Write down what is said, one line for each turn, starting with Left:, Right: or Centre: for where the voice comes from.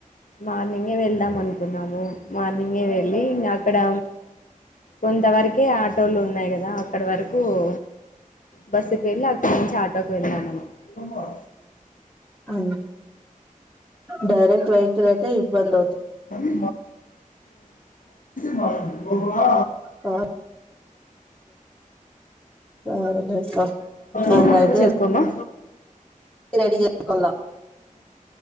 Left: మార్నింగే వెళ్దాం అనుకున్నాము మార్నింగే వెళ్ళి నాకు ఇక్కడ కొంతవరకే ఆ ఉన్నాయి కదా అక్కడ వరకు ఓ బస్సుక చ ఆటోకి వెళ్దామని ఆ
Centre: అ డైరక్ట్ వైక్ అయితే ఇ బంద
Left: ది మ బఓ ఆ
Centre: కార్ సరేలేక్కా అంగ
Left: ఏమో
Centre: అయితే
Left: చెప్పమ్మా
Centre: రెడి జెస్కొల్లా